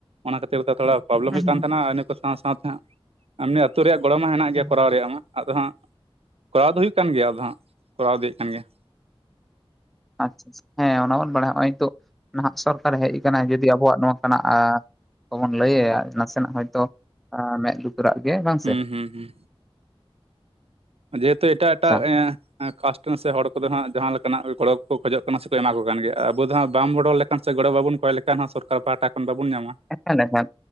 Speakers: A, on the right; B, in the centre.
A: ᱚᱱᱟ ᱠᱷᱟᱹᱛᱤᱨ ᱛᱮ ᱛᱷᱚᱲᱟ ᱯᱨᱚᱵᱵᱞᱮᱢ
B: ᱦᱩᱸ
A: ᱦᱩᱭᱩᱜ ᱠᱟᱱ
B: ᱦᱩᱸ
A: ᱛᱟᱦᱮᱸᱱᱟ ᱟᱨ ᱤᱱᱟᱹᱼᱼ ᱥᱟᱸᱣ ᱥᱟᱸᱣᱛᱮ ᱦᱟᱸᱜ ᱮᱢᱱᱤ ᱟᱹᱛᱩ ᱨᱮᱭᱟᱜ ᱜᱚᱲᱚ ᱢᱟ ᱦᱮᱱᱟᱜ ᱜᱮᱭᱟ
B: ᱦᱩᱸ
A: ᱠᱚᱨᱟᱣ ᱨᱮᱭᱟᱜ ᱢᱟ᱾ ᱟᱫᱚ ᱦᱟᱸᱜ ᱠᱚᱨᱟᱣ ᱫᱚ ᱦᱩᱭᱩᱜ ᱠᱟᱱ ᱜᱮᱭᱟ ᱟᱫᱚ ᱦᱟᱸᱜ ᱠᱚᱨᱟᱣ ᱤᱫᱤᱭᱮᱜ ᱠᱟᱱ ᱜᱮᱭᱟᱢ᱾
B: ᱟᱪᱪᱷᱟ ᱟᱪᱪᱷᱟ ᱦᱮᱸ ᱚᱱᱟ ᱵᱚᱱ ᱵᱟᱲᱟᱭᱟ ᱱᱚᱜ-ᱚᱭ ᱱᱤᱛᱳᱜ ᱱᱷᱟᱜ ᱥᱚᱨᱠᱟᱨᱮ ᱦᱮᱡᱼᱼ ᱠᱟᱱᱟ ᱡᱩᱫᱤ ᱟᱵᱚᱣᱟᱜ ᱱᱚᱝᱠᱟᱱᱟᱜ ᱟᱸ ᱠᱚᱵᱚᱱ ᱞᱟᱹᱭᱟ ᱟᱭᱟ ᱱᱟᱥᱮᱱᱟᱜ ᱦᱚᱭᱛᱳ ᱮᱸ ᱢᱮᱸᱫ ᱞᱩ ᱨᱟᱜ ᱜᱮ ᱵᱟᱝ
A: ᱦᱩᱸ
B: ᱥᱮ᱾
A: ᱦᱩᱸ ᱦᱩᱸ ᱡᱮᱦᱮᱛᱩ ᱮᱴᱟᱜ ᱮᱴᱟᱜ
B: ᱟᱪᱪᱷᱟ
A: ᱮᱸ ᱮᱸ ᱠᱟᱥᱴ ᱥᱮ ᱦᱚᱲ ᱠᱚᱫᱚ ᱦᱟᱸᱜ ᱡᱟᱦᱟᱸ ᱞᱮᱠᱟᱱᱟᱜ ᱜᱚᱲᱚ ᱠᱚᱠᱚ ᱠᱷᱚᱡᱚᱜ ᱠᱟᱱᱟ ᱥᱮ ᱠᱚ ᱮᱢᱟ ᱠᱚ ᱠᱟᱱ ᱜᱮᱭᱟ, ᱟᱵᱚ ᱫᱚ ᱦᱟᱸ ᱵᱟ ᱵᱟᱝ ᱵᱚᱲᱚ ᱞᱮᱠᱷ ᱠᱷᱟᱱ ᱥᱮ ᱜᱚᱲᱚ ᱵᱟᱵᱚᱱ ᱠᱚᱭ ᱞᱮᱠᱷᱟᱱ ᱦᱚᱸ ᱥᱚᱨᱠᱟᱨ ᱯᱟᱦᱴᱟ ᱠᱷᱚᱱ ᱵᱟᱵᱚᱱ ᱧᱟᱢᱟ᱾
B: ᱮᱠᱷᱟᱞ ᱮᱠᱷᱟᱞ,